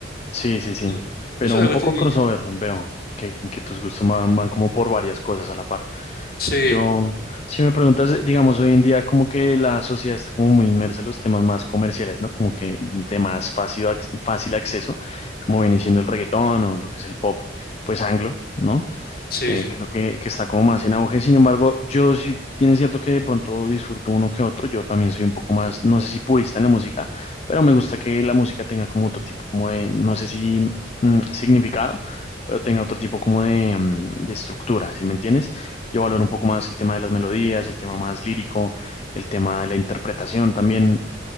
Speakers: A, on the left (about 35°); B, on the left (about 50°).
A: Sí, sí, sí.
B: Sí.
A: Pero
B: Eso es
A: un
B: lo que
A: poco
B: estoy...
A: crossover, veo que, que tus gustos van, van como por varias cosas a la par.
B: Sí,
A: Yo, si me preguntas, digamos, hoy en día como que la sociedad está como muy inmersa en los temas más comerciales, ¿no? Como que de más fácil, ac- fácil acceso, como viene siendo el reggaetón o lo que es el pop, pues anglo, ¿no?
B: sí,
A: Eh,
B: sí.
A: creo que, que está como más en auge. Sin embargo, yo sí, bien es cierto que de pronto disfruto uno que otro. Yo también soy un poco más, no sé si purista en la música, pero me gusta que la música tenga como otro tipo, como de, no sé si significado, pero tenga otro tipo como de, mm, de estructura, ¿sí me entiendes? Yo valoro un poco más el tema de las melodías, el tema más lírico, el tema de la interpretación también,